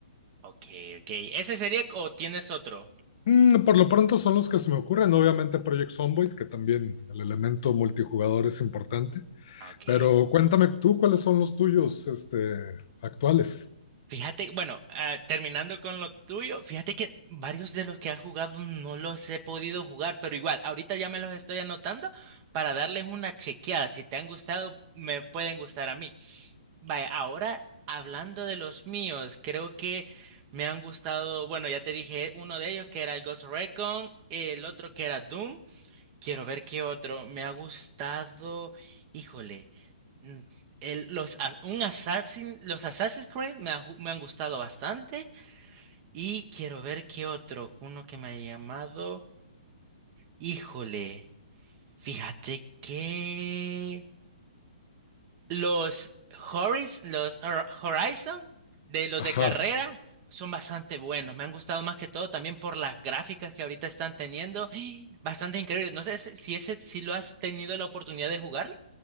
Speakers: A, on the right (about 30°); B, on the left (about 45°).
A: ok, ok. ¿Ese sería o tienes otro?
B: Mm, por lo pronto son los que se me ocurren, obviamente Project Zomboid, que también el elemento multijugador es importante,
A: Ah, Ok.
B: pero cuéntame tú cuáles son los tuyos, este, actuales.
A: Fíjate, bueno, ah, terminando con lo tuyo, fíjate que varios de los que has jugado no los he podido jugar, pero igual, ahorita ya me los estoy anotando para darles una chequeada. Si te han gustado, me pueden gustar a mí. Vaya, ahora hablando de los míos, creo que me han gustado, bueno, ya te dije uno de ellos que era el Ghost Recon, el otro que era Doom. Quiero ver qué otro. Me ha gustado. Híjole. mm, el- los, a- un Assassin, los Assassin's Creed me, ha ju- me han gustado bastante. Y quiero ver qué otro. Uno que me ha llamado. Híjole. Fíjate que. Los Horis, los Hor- Horizon, de los
B: Ajá.
A: de carrera, son bastante buenos. Me han gustado más que todo también por las gráficas que ahorita están teniendo. <gasps> Bastante increíble. No sé si si ese si lo has tenido la oportunidad de jugar.